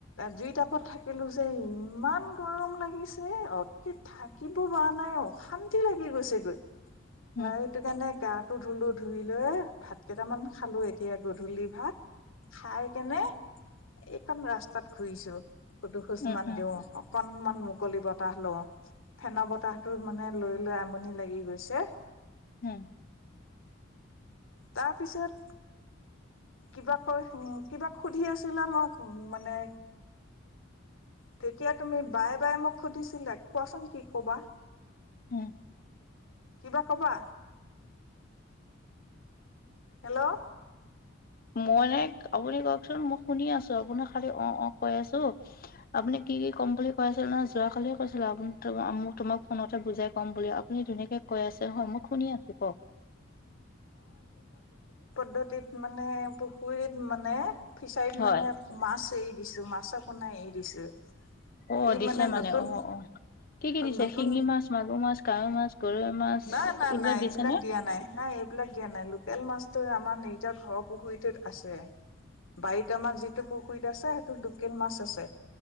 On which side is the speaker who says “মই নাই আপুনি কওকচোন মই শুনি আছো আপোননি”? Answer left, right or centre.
Left